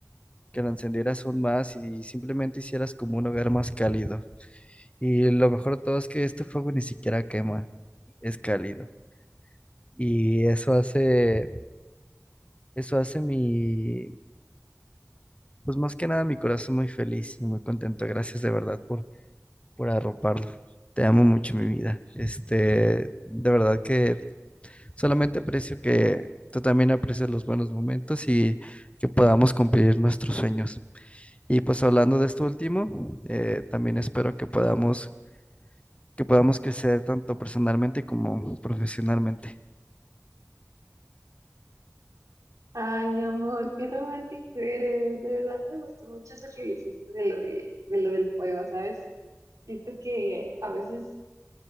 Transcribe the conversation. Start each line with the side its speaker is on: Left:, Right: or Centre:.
Left: que lo encendieras aún más y simplemente hicieras como un hogar más cálido. Y lo mejor de todo es que este fuego ni siquiera quema, es cálido. Y eso hace, eso hace mi, Pues más que nada, mi corazón muy feliz y muy contento. Gracias de verdad por, por arroparlo. Te amo mucho, mi vida. Este, de verdad que solamente aprecio que tú también aprecies los buenos momentos y que podamos cumplir nuestros sueños. Y pues hablando de esto último, eh, también espero que podamos, que podamos crecer tanto personalmente como profesionalmente.
Right: Ay, mi amor, qué romántico eres. De verdad me gustó mucho eso que dijiste de lo de, de lo del fuego, ¿sabes? siento que a veces,